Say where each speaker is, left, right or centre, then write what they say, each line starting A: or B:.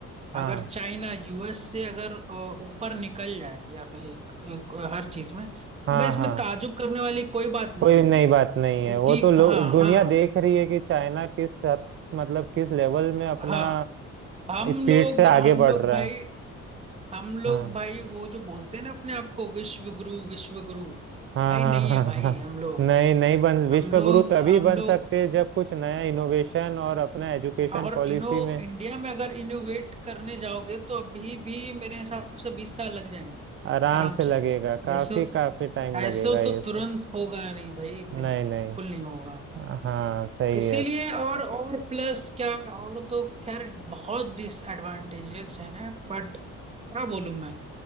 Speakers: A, on the right (about 45°); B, on the right (about 20°).
A: हाँ
B: अगर चाइना यूएस से अगर अ, ऊपर निकल जाए या फिर एक, एक हर चीज में तो
A: हाँ
B: भाई इसमें
A: हाँ
B: ताजुब करने वाली कोई बात नहीं
A: कोई
B: होगी
A: नई बात नहीं
B: क्योंकि
A: है वो तो लोग
B: हाँ
A: दुनिया
B: हाँ
A: देख रही है कि चाइना किस हद मतलब किस लेवल में अपना
B: हाँ हम
A: स्पीड
B: लोग
A: से आगे
B: हम
A: बढ़
B: लोग
A: रहा
B: भाई
A: है
B: हम लोग
A: हाँ
B: भाई वो जो बोलते हैं ना अपने आप को विश्व गुरु विश्व गुरु
A: हाँ
B: भाई
A: हाँ
B: नहीं
A: हाँ
B: है भाई
A: हाँ
B: हम लोग
A: नहीं नहीं बन विश्व
B: हम लोग
A: गुरु तभी
B: हम
A: बन
B: लोग
A: सकते हैं जब कुछ नया इनोवेशन और अपना एजुकेशन
B: और
A: पॉलिसी
B: इनो
A: में
B: इंडिया में अगर इनोवेट करने जाओगे तो अभी भी मेरे हिसाब से बीस साल लग जाएंगे
A: आराम
B: आराम
A: से लगेगा
B: से
A: काफी
B: ऐसे
A: काफी टाइम लगेगा
B: ऐसे हो
A: ये
B: तो
A: सब
B: तुरंत होगा नहीं भाई
A: नहीं
B: बिल्कुल
A: नहीं
B: नहीं होगा
A: हाँ सही
B: इसीलिए
A: है
B: और और प्लस क्या और तो खैर बहुत डिसएडवांटेजेस हैं बट क्या बोलूं मैं